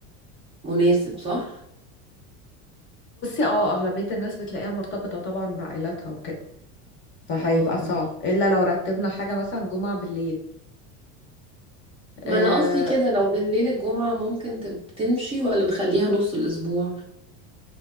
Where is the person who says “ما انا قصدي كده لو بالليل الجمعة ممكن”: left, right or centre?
Right